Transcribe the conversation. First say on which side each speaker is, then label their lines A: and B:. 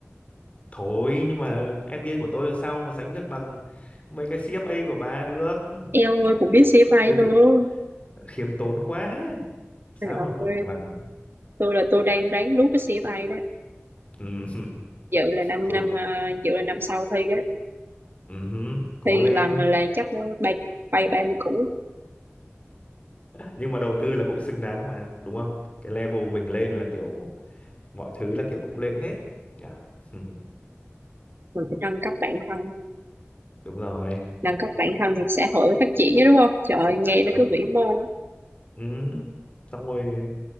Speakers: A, on the left (about 30°); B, on the right (about 50°).
A: thôi nhưng mà MBA của tôi sao mà sánh được bằng mấy cái CFA của bà được
B: em
A: bà
B: ơi cũng
A: này
B: biết CFA
A: cứ tự
B: luôn
A: khiêm tốn quá sáu
B: Trời
A: mà bằng
B: ơi,
A: bằng
B: tôi là tôi đang ráng nuốt cái CFA đó
A: Ừm,
B: dự là năm
A: <laughs> cố
B: năm à, dự là năm sau thi đó
A: ừm, cố
B: thi
A: lên
B: lần là chắc bay bay ba mươi củ
A: nhưng mà đầu tư là cũng xứng đáng mà đúng không cái level mình lên là kiểu mọi thứ là kiểu cũng lên hết nhỉ <laughs> Ừm,
B: mình phải nâng cấp bản thân
A: đúng rồi
B: nâng các bạn thân thì xã hội phát triển chứ đúng không trời ơi, nghe nó
A: đúng
B: cứ vĩ mô
A: Ừm, xong rồi